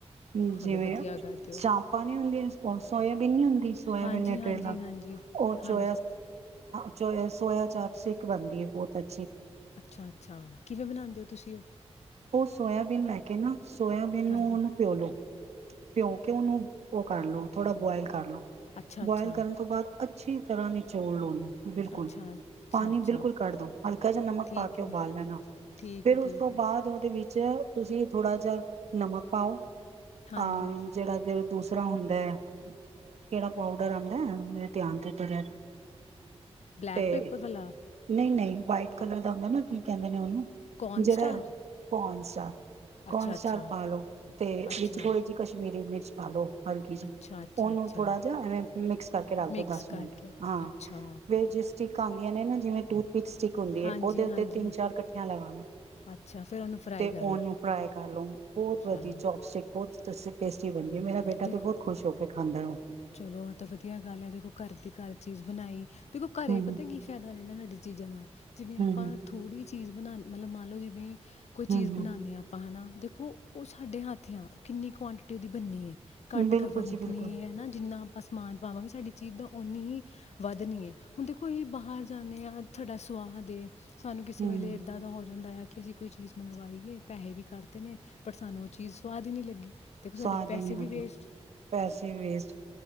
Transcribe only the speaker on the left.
ਚਲੋ ਵਧੀਆ ਕਰਦੇ ਹੋ
ਹਾਂਜੀ
ਹਾਂਜੀ ਹਾਂਜੀ
ਹਾਂਜੀ
ਅੱਛਾ-ਅੱਛਾ, ਕਿਵੇਂ ਬਣਾਦੇ ਹੋ ਤੁਸੀਂ?
ਹਾਂਜੀ
ਅੱਛਾ
ਅੱਛਾ
ਅੱਛਾ ਅੱਛਾ
ਅੱਛਾ
ਠੀਕ
ਹੈ
ਠੀਕ
ਹੈ
ਠੀਕ
ਹੈ
ਹਾਂਜੀ
ਬਲੈਕ
ਪੇਪਰ ਵਾਲਾ
ਕੌਰਨ
ਸਟਾਰ
ਅੱਛਾ ਅੱਛਾ
ਅੱਛਾ
ਅੱਛਾ ਅੱਛਾ
ਅੱਛਾ
ਮਿਕਸ
ਕਰਕੇ
ਅੱਛਾ
ਹਾਂਜੀ
ਹਾਂਜੀ
ਅੱਛਾ ਫਿਰ ਉਹਨੂੰ ਫਰਾਈ
ਕਰ
ਲਓ
ਚਲੋ
ਦੇਖੋ
ਚਲੋ ਐ ਤਾਂ ਵਧੀਆ ਗੱਲ ਐ ਦੇਖੋ ਘਰ ਦੀ ਘਰ ਚੀਜ਼ ਬਣਾਈ, ਦੇਖੋ ਘਰੇ
ਪਤਾ ਕੀ ਫਾਇਦਾ ਰਹਿੰਦਾ ਚੀਜ਼ਾਂ ਦਾ। ਜਿਵੇਂ ਆਪਾਂ
ਥੋੜੀ ਚੀਜ਼ ਬਣਾਨੇ ਮਤਲਬ ਮਲ ਲੋ ਜਿਵੇਂ ਕੋਈ
ਚੀਜ਼ ਬਣਾਦੇ ਆ ਆਪਾਂ ਹਨਾ। ਦੇਖੋ ਉਹ ਸਾਡੇ ਹੱਥ ਤੇ ਕਿੰਨੀ ਕੁਆਂਟਿਟੀ ਦੀ ਬੰਨੀ ਐ
ਘੱਟ
ਗ ਵਰਤਨੀ
ਐ ਹਨਾ। ਆਪਾਂ ਸਮਾਨ ਪਾਵਾਂਗੇ ਸਾਡੀ ਚੀਜ਼ ਦਾ ਓਨੀ ਹੀ ਵੱਧਣੀ ਏ ਹੁਣ ਦੇਖੋ ਅਹੀ ਬਾਹਰ ਜਾਂਦੇ ਹਾਂ ਤੁਹਾਡਾ ਸੁਵਾਦ ਹੈ। ਸਾਨੂੰ ਕਿਸੇ
ਵੇਲੇ ਏਦਾਂ ਦਾ ਹੋ ਜਾਂਦਾ ਆ ਕਿ ਅਸੀਂ ਕੋਈ ਚੀਜ਼ ਮੰਗਵਾਈਏ ਪੈਸੇ ਵੀ ਕੱਟਦੇ ਨੇ ਪਰ ਸਾਨੂੰ ਉਹ ਚੀਜ਼ ਸਆਦ ਹੀ ਨਹੀਂ ਲੱਗੀ। ਦੇਖੋ ਸਾਡੇ
ਪੈਸੇ
ਵੀ ਵੇਸਟ